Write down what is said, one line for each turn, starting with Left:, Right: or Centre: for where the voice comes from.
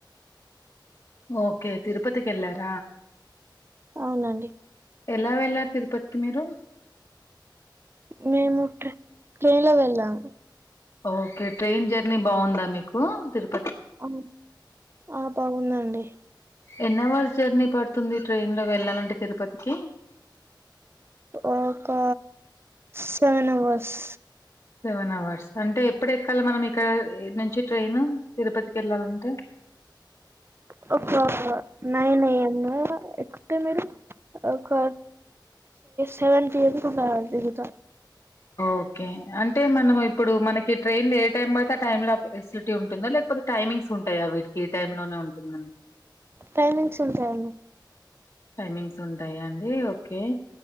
Left: ఓకే తిరుపతికి వెళ్ళార
Right: అవునండి
Left: ఎలా వెళ్లారు తిరుపతికి మీరు
Right: మేము ట్రేన్ లో వెళ్ళాము.
Left: ఓకే ట్రైన్ జర్నీ బాగుందా, మీకు తిరు
Right: ఆ ఆ బాగుందండి
Left: ఎన్ అవర్స్ జర్నీ పడుతుంది. ట్రైన్ లో వెళ్ళాలంటే తిరుపతికి
Right: ఒక సెవెన్ అవర్స్
Left: సెవెన్ అవర్స్ అంటే ఇప్పుడ ఎక్కాలి మనం ఇక్కడ నుంచి ట్రైన్ తిరుపతికి వెళ్ళాలంటే
Right: ప్పు నై నై ఎస్ట మరు క సెవెన్ పఎ బత
Left: ఓకే అే అంటే మనం ఇప్పుడు మనకి ట్రైన్లు ఏ టైం అయితే ఆ టైమ్ లో ఎస్లిటీ ఉంటుందో లేకపోతే టైమింగ్స్ ఉంటాయి వీటికి ఈ టై లోనే ఉంటుందని
Right: టైమింగ్స్ ఉంటాయండి
Left: టైమింగ్స్ ఉంటాయా అండి ఓకే